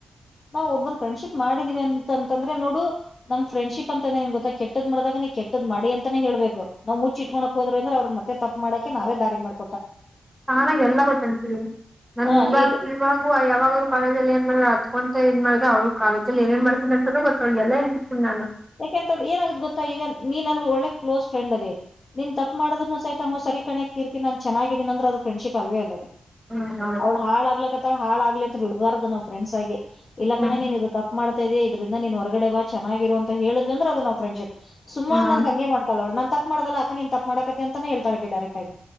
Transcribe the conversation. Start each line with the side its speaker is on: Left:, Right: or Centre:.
Left: ನಾವು ಒಬ್ಬರು ಫ್ರೆಂಡ್ಶಿಪ್ ಮಾಡಿದೀವಿ ಅಂತಂತಂದ್ರೆ ನೋಡು ನಮ್ ಫ್ರೆಂಡ್ಶಪ್ ಅಂತಾನೆ ನಿಮ್ ಗೊತ್ತ ಕೆಟ್ಟದ್ ಮಾಡ್ದಾಗ ನೀ ಕೆಟ್ಟದ್ ಮಾಡಿ ಅಂತಾನೇಳ್ಬೇಕು. ನಾವು ಮುಚ್ಚ ಇಟ್ಕ ಹೋದ್ರ್ ಅವರು ಮತ್ತೆಪ್ಪ ಮಾಡಕ ನಾವೇ ದಾರಿ ಮಾಡಬೇಕ್
Right: ಚಾನಾಗ ಎಲ್ಲ ಗೊತ್ತಂತಂತೀವಿ ನನ್
Left: ಹ
Right: ಇವಾಗ
Left: ಇದು
Right: ಇವಾಗ ಯಾವಾಗ್ ಕಾಲೇಜಲ್ಲಿ ಏನ್ ಮಾಡ್ರೆ ಹ ಅತ್ಕೊಂತ ಏ ಮಾಡ್ರೆ ಅವರು ಕಾಲೇಜ ಏ ಏನ್ ಮಾಡ್ತ ಅಂತಾನ ಗೊತ್ತಳಗೆಲ್ಲ ಎೇ ನ <unintelligible>
Left: ಯಾಕೆಂತಂದ್ರೆ ಏನಾಗುತ್ತೆ ಗೊತ್ತಾ ಈಗ ನೀನ್ ನನ್ಗ್ ಒಳ್ಳೆ ಕ್ಲೋಸ್ ಫ್ರೆಂಡ್ ಅದೆ ನೀನ್ ತಪ್ಪು ಮಾಡುದ್ರೂ ಸಹಿ ತ ಸರಿ ಕಣೆ ಕೀರ್ತಿ ನಾನು ಚೆನ್ನಾಗಿದ್ದೀನಿ ಅಂದ್ರೆ ಅದು ಫ್ರೆಂಡ್ಶಿಪ್ ಅಲ್ವೆ ಅದು
Right: ಹ್ಮ್ ಹೌದು
Left: ಅವಳು ಹಾಳ ಆಗ್ಲ್ ತ್ತ ಹಾಳ ಆಗ್ಲಿ ಅಂತ ಬಿಡಬಾರದು ನಾವು ಫ್ರೆಂಡ್ಸ್ ಆಗಿ ಇಲ್ಲ
Right: ಹ್ಮ್
Left: ಕಣೆ ನೀನ್ ಇದು ತಪ್ಪು ಮಾಡ್ತಾ ಇದೀಯ ಇದ್ರಿಂದ ನೀನ್ ಹೊರಗಡೆ ಬಾ ಚೆನ್ನಾಗಿರು ಅಂತ ಹೇಳಿದ್ವಿ ಅಂದ್ರೆ ಅದು ನ ಫ್ರೆಂಡ್ಶಿಪ್ ಸುಮ್ಮ
Right: ಹ್ಮ್
Left: ನನಗೆ ಮಾಡ್ತಾಳ್ ಅವಳ್ ನನ್ ತಪ್ ಪು ಮಾಡದಲ್ಲ ಅಕ್ಕ ನೀನ್ ತಪ್ಪು ಮಾಡಕ್ಕೆ ಅತೀಯಾ ಅಂತ ಹೇಳತ್ತಾಳೆ ಡೈರೆಕ್ಟ್ ಆಗಿ